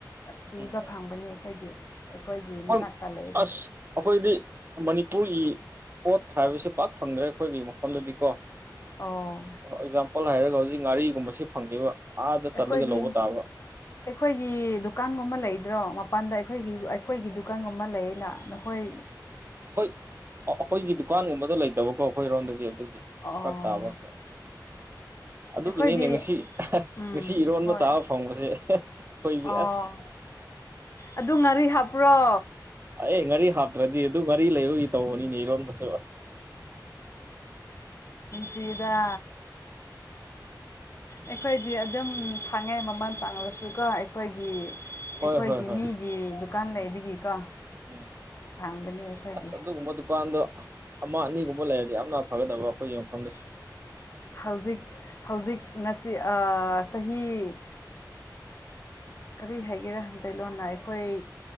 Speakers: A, on the left; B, on the right.
A: ꯊꯤꯕ
B: ꯎꯝ
A: ꯐꯪꯕꯅꯤ ꯑꯩꯈꯣꯏꯗꯤ ꯑꯩꯈꯣꯏꯒꯤ
B: ꯍꯣꯏ
A: ꯃꯅꯥꯛꯇ ꯂꯩꯔꯦ
B: ꯑꯁ ꯑꯩꯈꯣꯏꯗꯤ ꯃꯅꯤꯄꯨꯔꯒꯤ ꯄꯣꯠ ꯍꯥꯏꯕꯕꯁꯤ ꯄꯥꯛ ꯐꯪꯗ꯭ꯔꯦ ꯑꯩꯈꯣꯏꯒꯤ ꯃꯐꯝꯗꯗꯤ ꯀꯣ
A: ꯑꯣ
B: ꯐꫭꯔ ꯑꯦꯛꯖꯥꯝꯄꯜ ꯍꯥꯏꯔꯒ ꯍꯧꯖꯤꯛ ꯉꯥꯔꯤꯒꯨꯝꯕꯁꯤ ꯐꯪꯗꯦꯕ ꯑꯥꯗ
A: ꯑꯩꯈꯣꯏꯗꯤ
B: ꯆꯠꯂꯒ ꯂꯧꯕ ꯇꯥꯕ
A: ꯑꯩꯈꯣꯏꯒꯤ ꯗꯨꯀꯥꯟꯒꯨꯝꯕ ꯂꯩꯗ꯭ꯔꯣ ꯃꯄꯥꯟꯗ ꯑꯩꯈꯣꯏꯒꯤ ꯑꯩꯈꯣꯏꯒꯤ ꯗꯨꯀꯥꯟꯒꯨꯝꯕ ꯂꯩꯌꯦꯅ ꯅꯈꯣꯏ
B: ꯍꯈꯣꯏ ꯑꯩꯈꯣꯏꯒꯤ ꯗꯨꯀꯥꯟꯒꯨꯝꯕꯗꯣ ꯂꯩꯇꯕꯀꯣ ꯑꯩꯈꯣꯏꯔꯣꯝꯗꯗꯤ ꯑꯗꯨꯒꯤ
A: ꯑꯣ
B: ꯐꯔꯛ ꯇꯥꯕ ꯈꯔ <inaudible> ꯑꯗꯨꯒꯤꯅꯤꯅꯦ
A: ꯑꯩꯈꯣꯏꯗꯤ
B: ꯉꯁꯤ
A: ꯎꯝ
B: ꯉꯁꯤ ꯏꯔꯣꯟꯕ
A: ꯍꯣꯏ
B: ꯆꯥꯕ ꯐꯪꯕꯁꯦ ꯑꯩꯈꯣꯏꯗꯤ
A: ꯑꯣ
B: ꯑꯁ
A: ꯑꯗꯨ ꯉꯥꯔꯤ ꯍꯥꯞꯄ꯭ꯔꯣ
B: ꯑꯦ ꯉꯥꯔꯤ ꯍꯥꯞꯇ꯭ꯔꯗꯤ ꯑꯗꯨ ꯉꯥꯔꯤ ꯂꯩꯕꯒꯤ ꯇꯧꯕꯅꯤꯅꯤ ꯏꯔꯣꯟꯕꯁꯨ
A: ꯆꯗ ꯑꯩꯈꯣꯏꯗꯤ ꯑꯗꯨꯝ ꯐꯥꯡꯉꯦ ꯃꯃꯜ ꯇꯥꯡꯂꯁꯨꯀꯣ ꯑꯩꯈꯣꯏꯒꯤ
B: ꯍꯣꯏ
A: ꯑꯩꯈꯣꯏꯒꯤ
B: ꯍꯣꯏ ꯍꯣꯏ
A: ꯃꯤꯒꯤ ꯗꯨꯀꯥꯟ
B: ꯎꯝ
A: ꯂꯩꯕꯒꯤꯀꯣ
B: ꯎꯝ
A: ꯐꯪꯕꯅꯦ ꯑꯩꯈꯣꯏꯗꯤ
B: ꯑꯁ ꯑꯗꯨꯒꯨꯝꯕ ꯗꯨꯀꯥꯟꯗꯣ ꯑꯃ ꯑꯅꯤꯒꯨꯝꯕ ꯂꯩꯔꯗꯤ ꯌꯥꯝꯅ ꯐꯒꯗꯕ ꯑꯩꯈꯣꯏꯒꯤ ꯃꯐꯝꯗꯁꯨ
A: ꯍꯧꯖꯤꯛ ꯍꯧꯖꯤꯛ ꯆꯍꯤ ꯀꯔꯤ ꯍꯥꯏꯒꯦꯔꯥ ꯃꯩꯇꯩꯂꯣꯟꯅ ꯑꯩꯈꯣꯏ